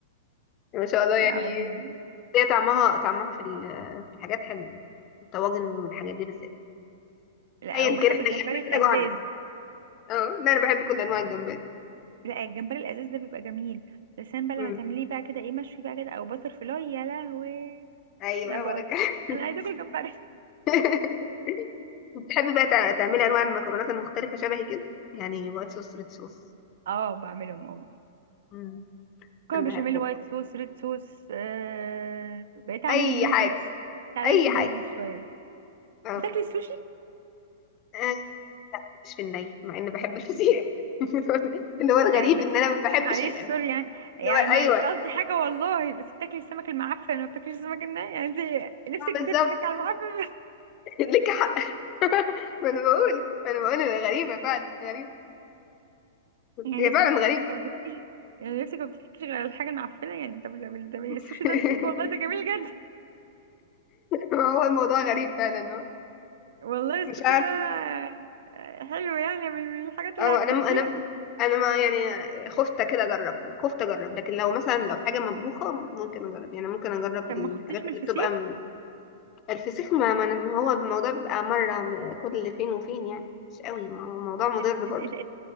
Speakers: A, on the left (about 25°); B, on the right (about 65°).
A: ما شاء الله يعني
B: لا ما-
A: هي طعمها طعمها في ال- في الحاجات حلو الطواجن والحاجات دي بالذات
B: لا
A: ايا
B: وبحب
A: كان احنا
B: الجمبري
A: احنا كده
B: الازاز
A: جوعنا اه لا انا بحب كل انواع الجمبري
B: لا الجمبري الازاز ده بيبقى جميل بس انا بقى
A: امم
B: لما تعمليه بقى كده ايه مشوي بقى كده او بتر فلاي يا لهوي
A: ايوه
B: انا جوعت
A: هو ده كان
B: انا عايزه اكل جمبري
A: <laughs> بتحبي بقى تع- تعملي انواع المكرونات المختلفه شبهي كده يعني وايت صوص ريد صوص
B: <laughs> اه بعملهم اه
A: امم
B: مكرونه
A: انا
B: بشاميل
A: بحبهم
B: وايت صوص ريد صوص آه... بقيت اعمل
A: اي
B: النودلز
A: حاجه
B: اتعلمت
A: اي
B: النودلز
A: حاجه
B: شويه
A: اه
B: بتاكلي السوشي
A: آه، مش في الني مع اني بحب الفسيخ <laughs> اللي هو الغريب
B: يعني بس
A: ان انا ما بحبش
B: معلش
A: ال-
B: سوري
A: اللي
B: يعني يعني
A: هو
B: ما
A: ايوه
B: مش قصدي حاجه والله بس بتاكلي السمك المعفن ما بتاكليش السمك الني يعني انت نفسك بتفكك
A: بالظبط
B: على المعفن
A: <laughs> لك حق ما انا بقول انا بقول انا غريبة فعلا غريبة
B: <laughs> يعني
A: هي
B: نفسك
A: فعلا غريبة
B: ما بتفكيش يعني نفسك ما بتفكيش غير الحاجه المعفنه يعني طب طب طب السوشي
A: <laughs>
B: ده نضيف والله ده جميل جدا
A: هو الموضوع غريب فعلا اه
B: والله السوشي
A: مش عارفة
B: ده آه، حلو يعني من من الحاجات اللي
A: اه
B: هتحبيها
A: انا انا انا ما يعني خفت كده اجرب خفت اجرب لكن لو مثلا لو حاجة مطبوخة ممكن اجرب يعني ممكن اجرب
B: طب
A: الحاجات
B: ما خفتيش من
A: اللي
B: الفسيخ
A: بتبقى م... الفسيخ ما, ما أنا- ما هو الموضوع بيبقى مرة م- كل فين وفين يعني مش قوي ما هو موضوع مضر
B: انت
A: برضه
B: انت انت